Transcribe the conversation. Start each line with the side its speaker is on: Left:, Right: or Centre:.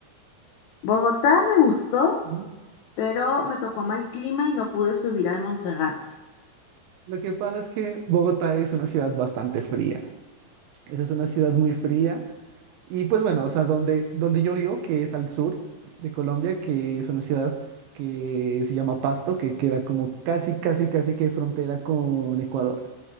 Left: Bogotá me gustó,
Right: Mm,
Left: pero me tocó mal clima y no pude subir al Monserrate.
Right: Lo que pasa es que Bogotá es una ciudad bastante fría. Es una ciudad muy fría. Y pues bueno, o sea, donde, donde yo vivo, que es al sur de Colombia, que es una ciudad que se llama Pasto, que queda como casi, casi, casi que frontera con Ecuador.